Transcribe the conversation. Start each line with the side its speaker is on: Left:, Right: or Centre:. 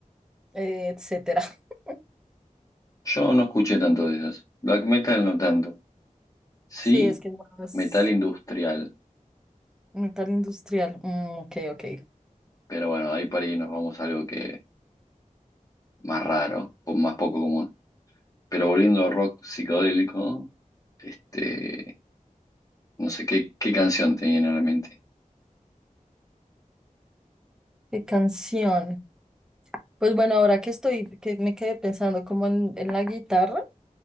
Centre: etcétera. <laughs>
Left: yo no escuché tanto de esas. Black metal no tanto. Sí,
Centre: Sí, es que más
Left: metal industrial,
Centre: metal industrial. Mm, ok, ok.
Left: pero bueno, ahí para ahí nos vamos a algo que más raro, o más poco común. Pero volviendo a rock psicodélico. Este, No sé qué, qué canción te viene a la mente.
Centre: ¿Qué canción? Pues bueno, ahora que estoy, que me quedé pensando como en, en la guitarra.